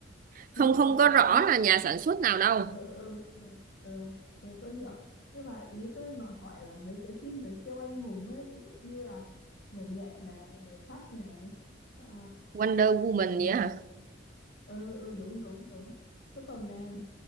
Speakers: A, on the right (about 45°); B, on the left (about 75°).
A: không
B: ý là
A: không có rõ
B: ý
A: là
B: là
A: nhà sản xuất nào đâu
B: ừ, ừ, ừ, ừ, ừ, tôi hiểu nhưng mà ý tôi nói hỏi là mấy cái phim về siêu anh hùng ấy ví dụ như là người nhện này người sắt này à,
A: Wonder Woman
B: ừm,
A: gì á hả
B: ừ, ừ đúng đúng đúng Superman